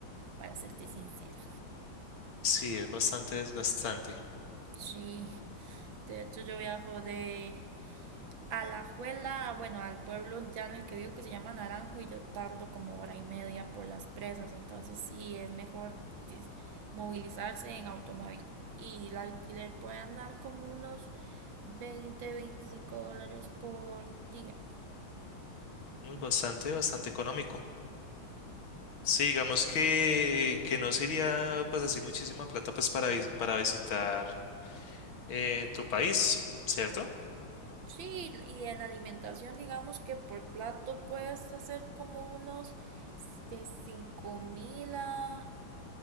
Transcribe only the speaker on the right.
para serte sincera.
Sí, de hecho yo viajo de a la Alajuela, bueno, al pueblo ya en el que vivo que se llama Naranjo y yo tardo como hora y media por las presas, entonces sí es mejor movilizarse en automóvil y el alquiler puede andar como unos 20, 25 dólares por día.
Sí, y en alimentación digamos que por plato puedes hacer como unos de cinco mil a